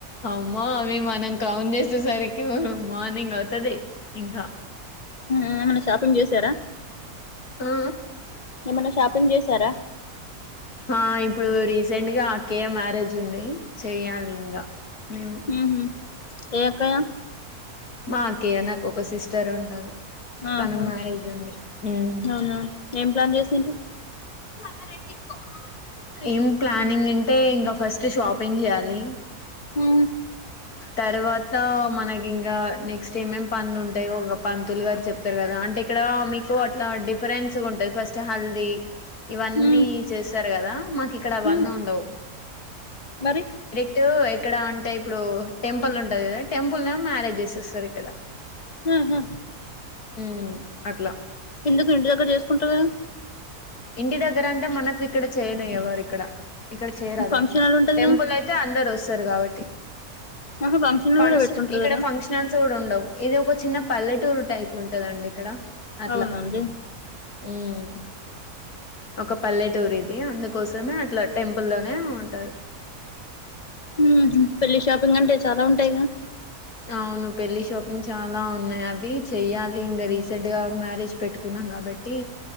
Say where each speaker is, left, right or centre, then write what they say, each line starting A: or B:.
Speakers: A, on the left; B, on the left.
A: అమ్మో అవి మనం కౌంట్ జేసే సరికి మార్నింగ్ అవుతది ఇంకా
B: ఏమన్నా షాపింగ్ చేశారా
A: ఆ
B: ఏమనా షాపింగ్ చేసారా
A: ఆ ఇప్పుడు రీసెంట్ గా అక్కేయ మ్యారేజ్ ఉంది చెయ్యాలి ఇంగా ఉమ్
B: ఊహు ఏ అక్కయ్య
A: మా అక్కయ్య నాక్ ఒక సిస్టర్ ఉంటది
B: ఆహా
A: తన మ్యారేజ్ ఉంది ఉమ్
B: అవునా ఏం ప్లాన్ చేసిండ్రు
A: <unintelligible> ఏం ప్లానింగ్ అంటే ఇంకా ఫస్ట్ షాపింగ్ చేయాలి
B: ఊ
A: తర్వాత మనకి ఇంకా నెక్స్ట్ ఏమేం పనులు ఉంటాయో పంతులు గారు చెప్తారు కదా అంటే ఇక్కడ మీకు అట్లా డిఫరెన్స్ ఉంటుంది ఫస్ట్ స్ట్ హల్దీ ఇవన్నీ
B: ఊ
A: చేస్తార్ గదా మాక్ ఇక్కడ అవన్నుండవ్
B: ఊ మరి
A: ట్ ఎక్కడ అంటే ఇప్పుడు టెంపుల్ ఉంటది గదా టెంపుల్ న మ్యారేజ్ జేసేస్తార్ ఇక్కడ
B: మ్మ్హు
A: ఉమ్ అట్లా
B: ఎందుకు ఇంటి దగ్గర చేసుకుంటార్ గదా
A: ఇంటి దగ్గర అంటే మనకు ఇక్కడ చేయాలె ఎవరు ఇక్కడ ఇక్కడ చేయరాదు
B: ఫంక్షన్
A: అట్లా
B: హాల్ ఉంటది
A: టెంపుల్
B: కదా
A: అయితే అందరోస్తారు కాబట్
B: ఆహా హాల్
A: ఫంక్షన్
B: కూడా పెట్టుకుంటారు
A: ఇక్కడ
B: కదా
A: ఫంక్షనల్స్ గూడా ఉండవు ఇది ఒక చిన్న పల్లెటూరు టైప్ ఉంటదండి ఇక్కడ అట్లా
B: అవునండి
A: ఉమ్ ఒక పల్లెటూర్ ఇది అందుకోసమే అట్లా టెంపుల్ లోనే ఉంటారు
B: ఉహు పెళ్ళి షాపింగ్ అంటే చాలా ఉంటాయ్ గా
A: అవును పెళ్లి షాపింగ్ చాలా ఉన్నాయ్ అవి చెయాలి ఇంగా రీసెంట్ గా మ్యారేజ్ పెట్టుకున్నాం కాబ బట్టి